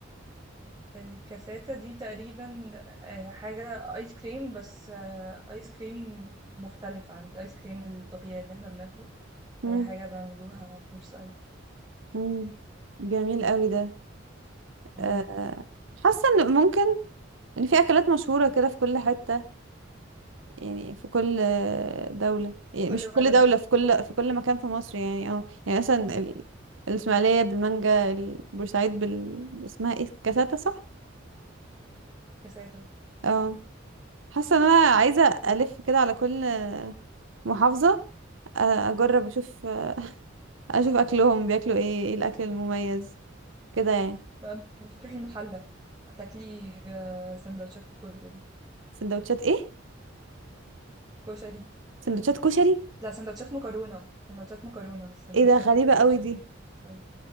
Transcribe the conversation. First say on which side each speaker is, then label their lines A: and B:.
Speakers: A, on the right (about 20°); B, on the right (about 80°).
A: الكاساتا دي تقريبا آه، حاجه ايس كريم بس آه، ايس كريم مختلف عن الايس كريم الطبيعي اللي احنا بناكله
B: امم
A: هي حاجه بعملوها بورسعيد
B: امم جميل قوي ده
A: مم.
B: آه، حاسة ان ممكن ان في اكلات مشهورة كده في كل حتة يعني في كل آه، دولة يعني
A: كل
B: مش في
A: ولد
B: كل دولة في كل في كل مكان في مصر يعني اه يعني مثلا ال- الاسماعيلية بالمانجا البورسعيد بال اسمها ايه كاساتا صح
A: كساتة
B: اه حاسة ان انا عايزة الف كده على كل آه، محافظة آه، اجرب اشوف اشوف اكلهم بياكلوا ايه ايه الاكل المميز كده يعني
A: بقى بتروحي المحلة تاكلي آه، سندوتشات كشري
B: سندوتشات ايه
A: كشري
B: سندوتشات كشري
A: لا سندوتشات مكرونة سندوتشات مكرونة مش سندوتشات
B: ايه ده غريبة قوي
A: كشري
B: دي
A: سوري